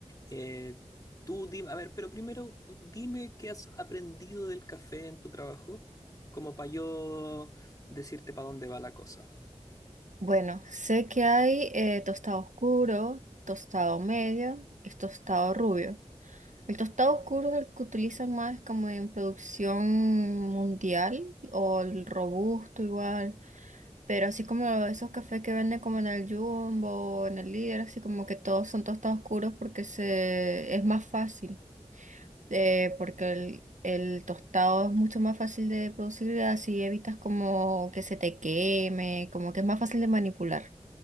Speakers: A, on the left; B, on the right.
A: Eh, tú dime, a ver, pero primero dime qué has aprendido del café en tu trabajo, como para yo decirte para dónde va la cosa.
B: Bueno, sé que hay eh, tostado oscuro, tostado medio y tostado rubio. El tostado oscuro es el que utilizan más como en producción mundial o el robusto igual. Pero así como esos cafés que venden como en el Jumbo o en el Líder, así como que todos son tostados oscuros porque se, es más fácil, eh, porque el, el tostado es mucho más fácil de producir y así evitas como que se te queme, como que es más fácil de manipular